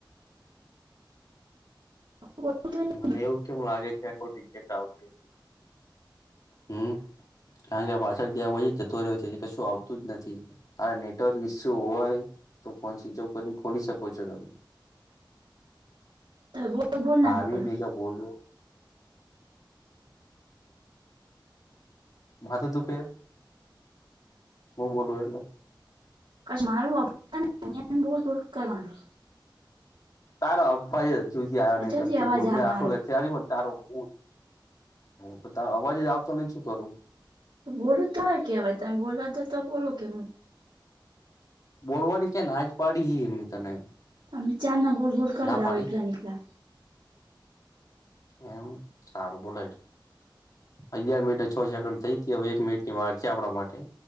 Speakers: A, on the right (about 70°); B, on the left (about 45°).
A: બ થ <inaudible>
B: મને એવું કેમ લાગે છે આખ જતા આવતી હમ <unintelligible> કારણ કે આ પાછળ જયા પછી જતો રહ્યો છે જે કશું આવતું જ નથી. તારે નેટવર્ક ઈસ્યુ હોય તો ફોન સ્વીચ ઓફ કરી ને ખોલી શકો છો તમે <inaudible>
A: બોલ બોલ ના કરો
B: કંઈ નય તો બોલ માથુ દુખે છે? હું બોલું એટલે
A: કજ મારું બોલ બોલ કરવાનું
B: તાર અભજે જદી આ
A: પછીથી
B: નઈ કર તું
A: અવાજ
B: બ મ
A: આ મારો
B: આટું લાગ ત્યારે મ તારો હું ક તારો અવાજ જ આવતો નય તો શું કરું?
A: બોલું તોય કેવાય તમે બોલા દો તો બોલો કે હું
B: બોલવાની ક્યાં ના જ પાડી એ તને
A: તો તમે કયરના બોલ બોલ કર
B: ના
A: આવો
B: પાડી
A: એકકલા નીકલા
B: એમ સારું બોલાય અગિયાર મિનટ ને છ સેકન્ડ થઈ હવે એક મિનિટ ની વાર છે આપણા માટે